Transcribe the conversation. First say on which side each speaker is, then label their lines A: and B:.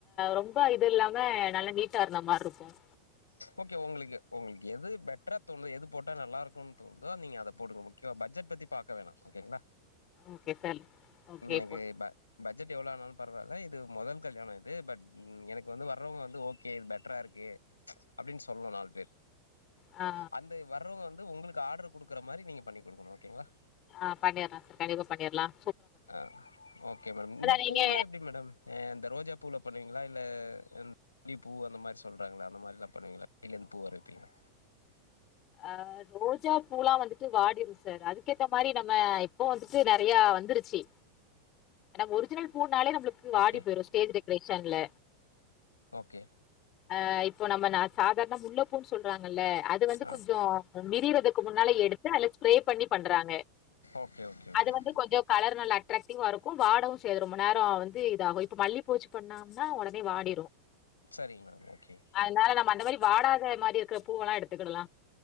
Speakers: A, on the left; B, on the left.
A: ரொம்ப இது இல்லாம நல்லா நீட்டா இருந்த மாரி இருக்கும்
B: ஓகே உங்களுக்கு உங்களுக்கு எது பெட்டரா தோணுதோ எது போட்டா நல்லா இருக்குன்னு தோணுதோ நீங்க அத போடுங்க ஓகேவா பட்ஜெட் பத்தி பாக்க வேணாம் ஓக்கேங்களா
A: ஓகே சார் ஓகே
B: எனக்கு
A: போட்
B: பட் பட்ஜெட் எவ்ளோ ஆனாலு பரவாயில்ல இது மொதல் கல்யாணம் இது பட் எனக்கு வந்து வர்றவங்க வந்து ஓகே இது பெட்டரா இருக்கு அப்டின் சொல்னுன் நாலு பேர்
A: ஆ
B: அந்த வர்றவங்க வந்து உங்குளுக்கு ஆர்டுரு குடுக்குற மாரி நீங்க பண்ணி குடுக்குணும் ஓகேங்களா
A: ஆ பண்ணிற்லாம் சார் கண்டிப்பா பண்ணிற்லாம்
B: ஆ ஓகே மேடம் இந்த
A: நீங்க
B: பூலா எப்டி மேடம் அ இந்த ரோஜா பூவில பண்ணுவீங்களா இல்ல இ ட்லி பூ அந்த மாரிலா சொல்றாங்களா அந்த மாரிலா பண்ணுவீங்களா இல்ல ந்து பூ வர வைப்பிங்களா
A: அ ரோஜா பூல்லான் வந்துட்டு வாடிடும் சார் அதுக்கேத்த மாரி நம்ம இப்போ வந்துட்டு நெறையா வந்துருச்சு நம்ம ஒரிஜினல் பூனாலே நம்மளுக்கு வாடி
B: ஓகே
A: போயிடும் ஸ்டேஜ் டெக்கரேக்ஷன்ல
B: ஓகே
A: ஆ இப்போ நம்ம நா சாதாரண முள்ளபூன்னு சொல்றாங்கல்ல அது வந்து
B: ஆ
A: கொஞ்ஜோ விரியறதுக்கு முன்னால எடுத்து அல்ல ஸ்ப்ரே பண்ணி பண்றாங்க
B: ஓகே ஓகே ஓகே
A: அது வந்து கொஞ்சம் கலர் நல்ல அட்ராக்டிவா இருக்கும் வாடவும் சேய்யாது ரொம்ப நேரோ வந்து இதாகும் இப்ப மல்லி பூ வச்சி பண்ணா ண்ணா ஒடனே வாடிடும்
B: சரிங்க மேடம் ஓகே ஓகே
A: அதனால நம்ம அந்த மாரி வாடாத மாரி இருக்கிற பூவல்லா எடுத்துக்கிடலா